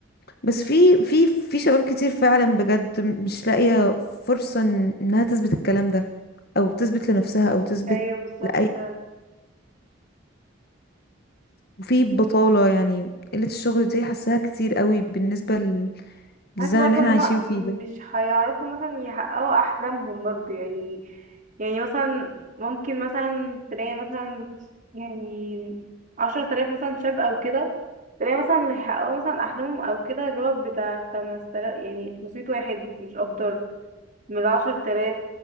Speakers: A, on the left; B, on the right.
A: بس في في في شباب كتير فعلا بجد مش لاقية فرصة إن- انها تثبت الكلام ده او تثبت لنفسها او تثبت
B: ايوه بالظبط
A: لأي
B: فعلا
A: وفي بطالة يعني قلة الشغل دي حاساها كتير قوي بالنسبة لل-
B: بحس
A: للزمن
B: برضه
A: اللي احنا
B: ان
A: عايشين
B: هم
A: فيه ده
B: مش هيعرفوا مثلا يحققوا احلامهم برضه يعني يعني مثلا ممكن مثلا تلاقي مثلا يعني عشرة آلاف مثلا شاب او كده تلاقي مثلا اللي حققوا مثلا احلامهم او كده اللي هو بتاع خمس تلاف يعني خمسمية واحد مش اكتر من عشرة آلاف